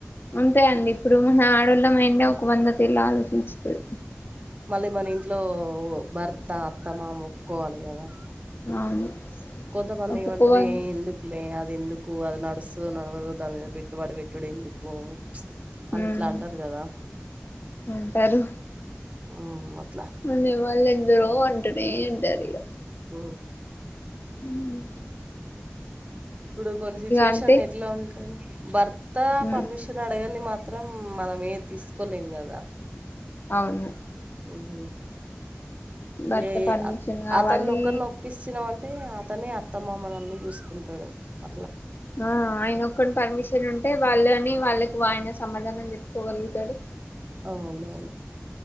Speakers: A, on the left; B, on the right.
A: అంతే అండి ఇప్పుడు మన ఆడోళ్ళ మాైండే ఒక వంద తీర్ల ఆలోచించుతది
B: మళ్ళీ మన ఇంట్లో భర్త అత్తమామా ఒప్పుకోవాలి కదా
A: అవును
B: కొంతమంది
A: ఒప్పుకోవాలి
B: వంటరిగా ఎందుకులే అద్ ఎందుకు అది నడుస్తదో నడవదో దాని మీద పెట్టుబడి పెట్టుడు ఎందుకు అని
A: ఉమ్
B: ఇట్లా అంటారు కదా
A: అంటారు
B: ఉమ్ వర్
A: అనే వాళ్ళ ఎందరో అంటునే అంటారు ఇగ
B: ఆ
A: ఉమ్
B: ఇప్పుడు కొన్ని సిచ్యువేషన్
A: అంటే
B: ఎట్లా ఉంటది భర్త
A: ఉమ్
B: పర్మిషన్ అడగాండి మాత్ త్రం మనమే తీసుకోలేం కదా
A: అవును
B: ఉమ్
A: భర్త
B: ఏ
A: పర్మిషన్ కావాలి
B: అతన్నోక్కరినీ ఓప్పిచ్చినా అంటే అతనే అత్తమ్మమనన్ని చూసుకుంటాడు అట్లా
A: ఆ ఆయన ఒక్కడి పర్మిషన్ ఉంటే వాళ్ళని వాళ్ళకి ఆయన సమాధానం చెప్పుకోగలుగుతాడు
B: అవునవును